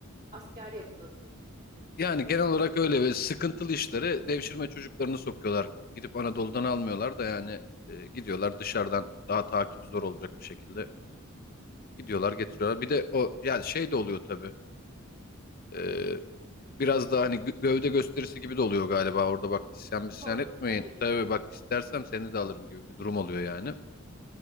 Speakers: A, on the right; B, on the left.
A: asker yapılabilir.
B: Yani
A: Böyle
B: genel olarak
A: bir düşünce
B: öyle
A: mi?
B: ve sıkıntılı işlere devşirme çocuklarını sokuyorlar. Gidip Anadolu'dan almıyorlar da yani e, gidiyorlar dışarıdan daha takibi zor olacak bir şekilde gidiyorlar getiriyorlar. Bir de o yani şey de oluyor tabii. E, biraz da hani gö- gövde gösterisi gibi de oluyor galiba orada bak isyan misyan
A: Korkutma
B: etmeyin.
A: gibi.
B: Tabii bak istersem seni de alırım gibi bir durum oluyor yani.